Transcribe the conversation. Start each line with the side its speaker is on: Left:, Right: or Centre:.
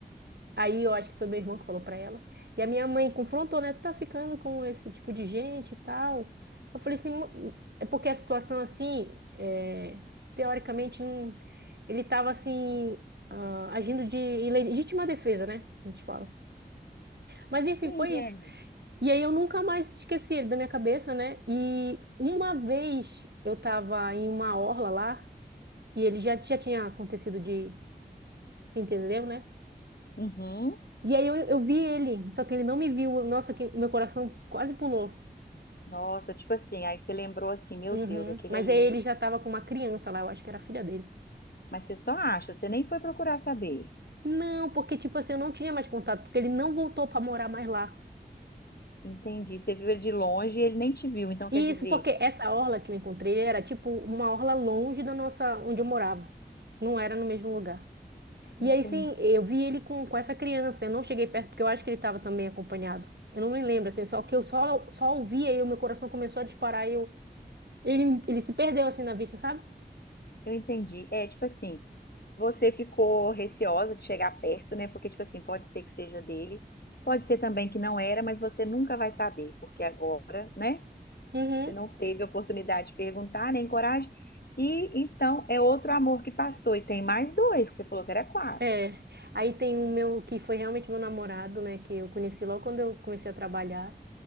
Right: Aí eu acho que foi meu irmão que falou pra ela. E a minha mãe confrontou, né? Tu tá ficando com esse tipo de gente e tal. Eu falei assim, "Mã- é porque a situação assim, é, teoricamente, não, ele tava assim, ah, agindo de em legítima defesa, né? A gente fala. Mas enfim,
Left: Sim,
Right: foi isso.
Left: é.
Right: E aí eu nunca mais esqueci ele da minha cabeça, né? E uma vez eu tava em uma orla lá, e ele já, já tinha acontecido de... Tu entendeu, né?
Left: Uhum.
Right: E aí eu, eu vi ele, só que ele não me viu. Nossa, que meu coração quase pulou.
Left: Nossa, tipo assim, aí você lembrou assim, meu
Right: Uhum.
Left: Deus, aquele
Right: Mas
Left: ali.
Right: aí ele já tava com uma criança lá, eu acho que era a filha dele.
Left: Mas você só acha, você nem foi procurar saber.
Right: Não, porque tipo assim, eu não tinha mais contato, porque ele não voltou pra morar mais lá.
Left: Entendi. Você viu ele de longe e ele nem te viu, então
Right: E
Left: quer dizer,
Right: isso porque essa orla que eu encontrei era tipo uma orla longe da nossa, onde eu morava. Não era no mesmo lugar. E
Left: entendi.
Right: aí, sim, eu vi ele com, com essa criança. Eu não cheguei perto porque eu acho que ele estava também acompanhado. Eu não me lembro, assim, só que eu só, só ouvi aí, o meu coração começou a disparar e eu, ele, ele se perdeu, assim, na vista, sabe?
Left: Eu entendi. É, tipo assim, você ficou receosa de chegar perto, né? Porque, tipo assim, pode ser que seja dele, pode ser também que não era, mas você nunca vai saber, porque agora, né?
Right: Uhum.
Left: Você não teve a oportunidade de perguntar, nem coragem. E então é outro amor que passou, e tem mais dois, que você falou que era quatro.
Right: É. Aí tem o meu, que foi realmente meu namorado, né, que eu conheci logo quando eu comecei a trabalhar.